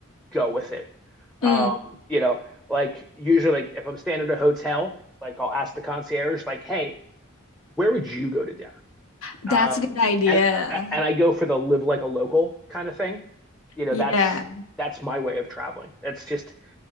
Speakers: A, in the centre; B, on the left.
A: go with it. Um,
B: Mm,
A: you know, like usually like if I'm staying at a hotel, like I'll ask the concierge, like, hey, where would you go to dinner?
B: that's
A: Um,
B: a good idea.
A: and and I go for the live like a local kind of thing. You know,
B: Yeah.
A: that's that's my way of traveling. It's just